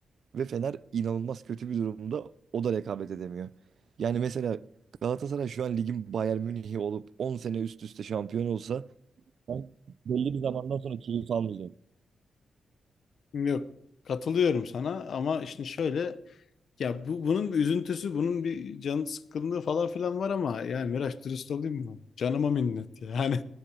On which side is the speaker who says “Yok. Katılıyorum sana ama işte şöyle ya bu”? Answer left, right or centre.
Left